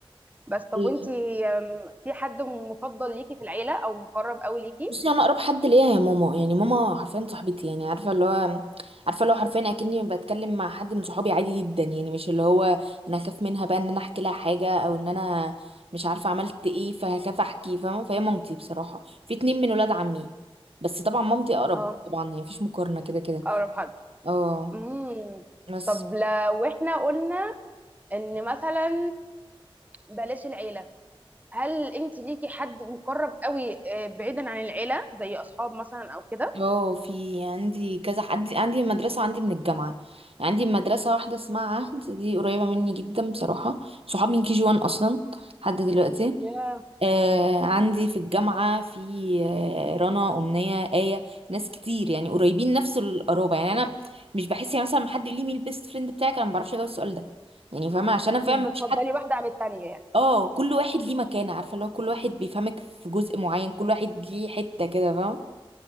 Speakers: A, on the right (about 15°); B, on the right (about 80°).
A: بس طب
B: إيه.
A: وانتي أم، في حد مفضل ليكي في العيلة او مقرب قوي ليكي
B: بصي انا اقرب حد ليا هي ماما يعني ماما حرفيا صاحبتي يعني عارفه اللي هو عارفه اللي هو حرفيا اكني بتكلم مع حد من صحابي عادي جدا يعني مش اللي هو انا اخاف منها بقى ان انا احكي لها حاجه او ان انا مش عارفه عملت ايه فهخاف احكي فاهمه فهي مامتي بصراحه في اتنين من ولاد عمي بس طبعا مامتي اقرب
A: اه
B: طبعا يعني مفيش مقارنه كده كده
A: اقرب حد
B: اه
A: امم
B: بس
A: طب لو احنا قلنا ان مثلا بلاش العيلة هل انتي ليكي حد مقرب قوي آه، بعيدا عن العيلة زي اصحاب مثلا او كده
B: اه في عندي كذا حد عندي عندي مدرسة وعندي من الجامعة يعني عندي مدرسة واحدة اسمها عهد دي قريبة مني جدا بصراحة صحاب من كي جي وان أصلا لحد دلوقتي
A: يا
B: آه عندي في الجامعة في آه رنا أمنية آية ناس كتير يعني قريبين نفس القرابة يعني أنا مش بحس يعني مثلا لما حد يقول لي مين البيست فريند بتاعك أنا ما بعرفش أجاوب السؤال ده يعني فاهمة عشان أنا
A: مش
B: فاهمة
A: بتفضلي
B: مفيش حد
A: واحدة عن التانية يعني
B: اه كل واحد ليه مكانة عارفة اللي هو كل واحد بيفهمك في جزء معين كل واحد ليه حتة كده فاهمة